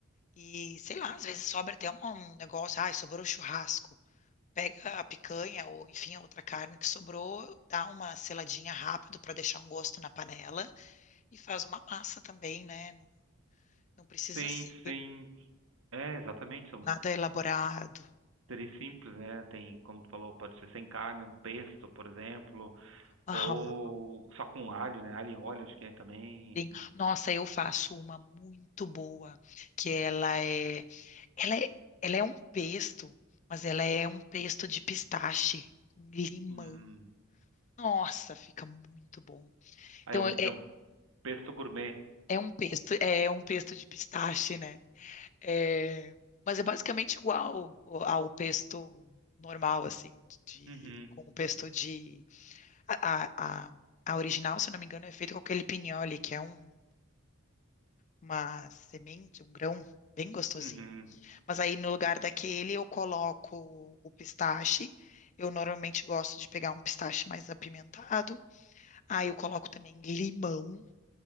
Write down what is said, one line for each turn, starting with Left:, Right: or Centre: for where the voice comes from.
Left: e sei lá, às vezes sobra até um, um negócio, ai, sobrou churrasco. Pega a picanha ou, enfim, a outra carne que sobrou, dá uma seladinha rápido para deixar um gosto na panela e faz uma massa também, né? Não, não precisa
Right: Sim,
Left: ser
Right: sim. É, exatamente. São,
Left: nada elaborado.
Right: Seria simples, né? Tem, como tu falou, pode ser sem carne, um pesto, por exemplo,
Left: Aham,
Right: ou só com alho, né? Alho e óleo, acho que é também.
Left: sim. Nossa, eu faço uma muito boa, que ela é, ela é, ela é um pesto, mas ela é um pesto de pistache, com limão.
Right: Hum.
Left: Nossa, fica muito bom.
Right: Ah,
Left: Então
Right: é um,
Left: é,
Right: é um pesto gourmet.
Left: é um pesto, é um pesto de pistache, né? É, mas é basicamente igual ao ao pesto normal, assim, de,
Right: Uhum,
Left: com o pesto de. A, a, a, a original, se eu não me engano, é feita com aquele pignoli, que é um, uma semente, um grão bem gostosinho.
Right: uhum.
Left: Mas aí no lugar daquele eu coloco o pistache. Eu normalmente gosto de pegar um pistache mais apimentado. Aí eu coloco também limão.